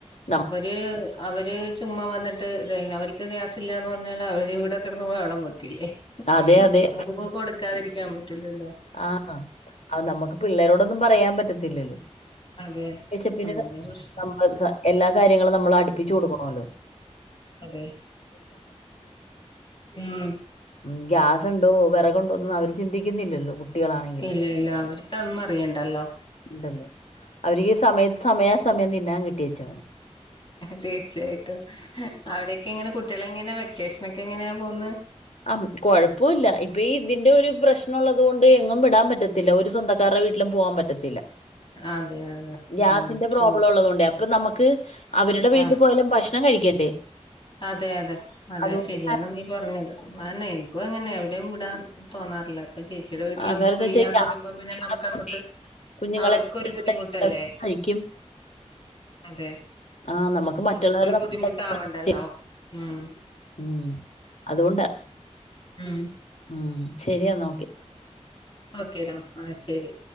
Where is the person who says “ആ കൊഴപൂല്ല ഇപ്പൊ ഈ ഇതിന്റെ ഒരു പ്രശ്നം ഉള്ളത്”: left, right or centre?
Left